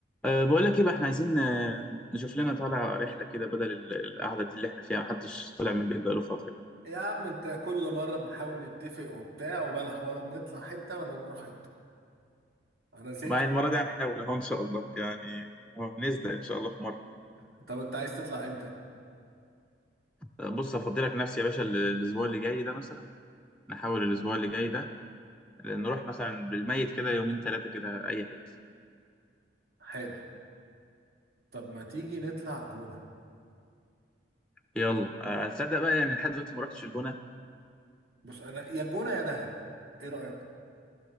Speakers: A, in the centre; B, on the right.
A: أه بقول لك ايه بقى احنا عايزين آه، نشوف لنا طالع رحله كده بدل ال- القعده دي اللي احنا فيها محدش طلع من البيت بقاله فتره يعني
B: يا عم انت كل مرة بنحاول نتفق وبتاع وبلح ولا بنطلع حتة ولا بنروح حتة انا زهقت
A: مع
B: من
A: المره دي
B: الكلام
A: هنحاول اهو ان شاء الله يعني اه نصدق ان شاء الله في مره
B: ده. طب انت عايز تطلع امتى
A: أه، بص افضلك نفسي يا باشا ال- الاسبوع اللي جاي ده مثلا نحاول الاسبوع اللي جاي ده نروح مثلا بالميت كده يومين ثلاثه كده اي حته
B: حلو طب ما تيجي نطلع الجونة
A: يلا أه، تصدق بقى يعني لحد دلوقتي ما رحتش الجونه
B: بص انا يا الجونة يا دهب ايه رأيك